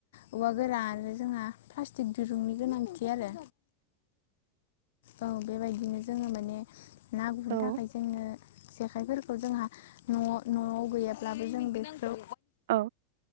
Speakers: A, on the left; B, on the right.
A: औवा गोरान आरो जोंहा प्लास्टिक दिरुंनि गोनांथि आरो
B: <inaudible>
A: औ बेबायदिनो जोङो माने ना गुरनो
B: औ
A: थाखाय जोंनो जेखाइफोरखौ जोंहा न' न'आव गैयाब्लाबो जों बेफोराव
B: औ